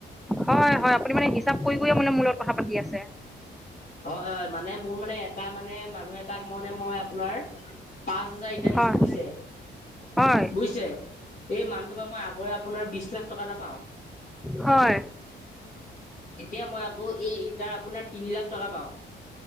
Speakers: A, in the centre; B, on the left (about 50°).
A: হয় হয় আপুনি মানে হিচাপ কৰি কৰিয়ে মানে মোৰ লগত কথা পাতি আছে।
B: হয় হয় মানে মোৰ মানে এটা মানে মানুহ এটাক মানে মই আপোনাৰ পাঁচ হাজাৰ ইটা দিছোঁ
A: হয়।
B: বুয়িছে,
A: হয়
B: বুয়িছে। এই মানুহটোৰ পৰা মই আগৰে আপোনাৰ বিশ লাখ টকা এটা পাওঁ।
A: হয়।
B: এতিয়া মই আকৌ এই ইটা আপোনাৰ তিনি লাখ টকা পাওঁ।